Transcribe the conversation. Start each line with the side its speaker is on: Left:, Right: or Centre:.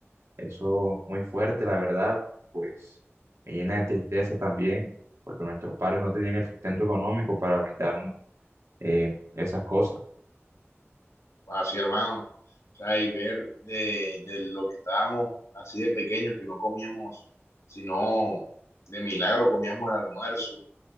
Right: eso muy fuerte, la verdad, pues me llena de tristeza también, porque nuestros padres no tenían el sustento económico para brindarnos eh, esas cosas.
Left: Pues así, hermano. O sea, y ver de, de lo que estábamos así de pequeños, que no comíamos, sino de milagro comíamos el almuerzo,